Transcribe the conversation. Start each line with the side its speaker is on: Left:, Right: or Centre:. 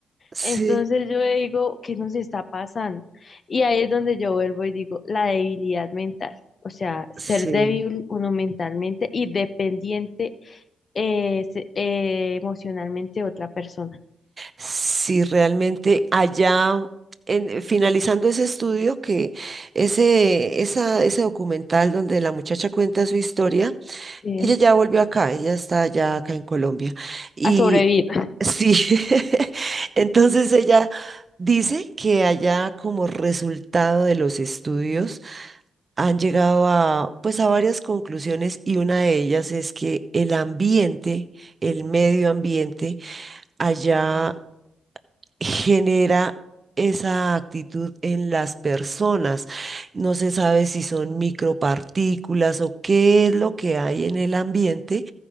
Right: Sí,
Left: Entonces yo digo, ¿qué nos está pasando? Y ahí es donde yo vuelvo y digo, la debilidad mental. O sea, ser
Right: sí.
Left: débil uno mentalmente y dependiente eh, se- eh, emocionalmente de otra persona.
Right: Sí, realmente allá, en- eh, finalizando ese estudio, que ese, esa, ese documental donde la muchacha cuenta su historia,
Left: Sí.
Right: Ella ya volvió acá, ella está ya acá en Colombia. Y
Left: A sobrevivir.
Right: sí, <laughs> entonces ella dice que allá como resultado de los estudios han llegado a pues a varias conclusiones y una de ellas es que el ambiente, el medio ambiente allá genera esa actitud en las personas. No se sabe si son micropartículas o qué es lo que hay en el ambiente